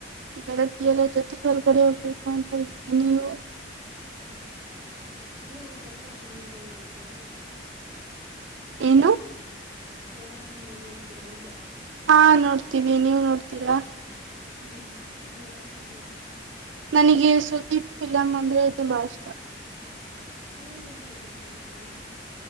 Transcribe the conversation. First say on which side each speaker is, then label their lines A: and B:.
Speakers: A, on the right (about 80°); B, on the right (about 45°).
A: ಗೆಳತಿಯರ ಜೊತೆ ಹೊರಗಡೆ ಹೋಗಬೇಕು ಅಂತ ನೀವು
B: ಹೂ ನೀವು ಕನ್ನಡ ಸಿನಿಮಾಗಳ ನೋಡ್ತೀರಾ
A: ಏನು
B: ಕನ್ನಡ ಸಿನಿಮಾ ನೋಡ್ತೀರಾ ಅಂದ್ರೆ
A: ಹಾ ನೋಡ್ತೀವಿ ನೀವು್ ನೋಡ್ತೀರಾ
B: ಹ್ಮ್ಹೂ ನಿಮ್ಗೆ ಯಾವ್ ಸಿನಿಮಾ ಇಷ್ಟ
A: ನನಗೆ ಸುದೀಪ್ ಫಿಲಮ್ ಅಂದ್ರೆ ಬಾಳ ಇಷ್ಟ
B: ಸುದೀಪ್ ಎಂತಕ್ ಇಷ್ಟ ನಿಮ್ಗೆ